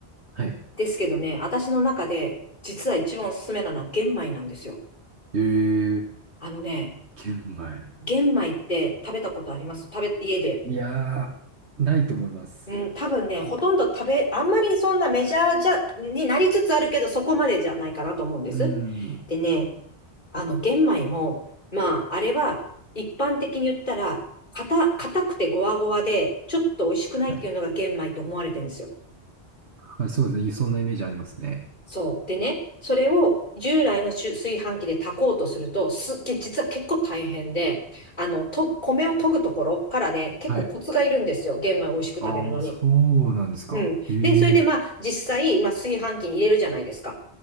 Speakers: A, on the right; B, on the left.
A: はい。
B: ですけどね、私の中で実は一番おすすめなのは玄米なんですよ。
A: ええ
B: あのね、
A: 玄米。
B: 玄米って食べたことあります食べ、家で。
A: いやー、ないと思います。
B: うん、多分ね、ほとんど食べ、あんまりそんなメジャーじゃ、になりつつあるけど、そこまでじゃないかなと思うんです。
A: うん。
B: でね、あの、玄米も、まあ、あれは、一般的に言ったら、硬、硬くてゴワゴワで、ちょっと美味しくないっていうのが玄米と思われてるんですよ。
A: はい。はい、そうですね。そんなイメージありますね。
B: そう。でね、それを従来の炊炊飯器で炊こうとすると、すっげ、実は結構大変で、あの、と、米を研ぐところからね、結構コツがいるんですよ。
A: はい。
B: 玄米を美味しく食べるのに。
A: ああ、そうなんですか。
B: うん。
A: ええ
B: で、それでまあ、実際、まあ、炊飯器に入れるじゃないですか。